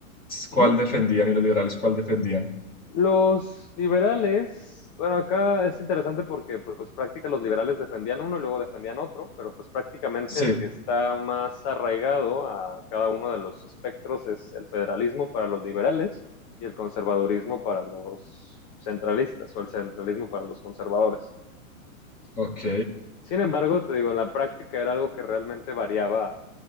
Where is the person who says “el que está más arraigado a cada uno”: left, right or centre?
Left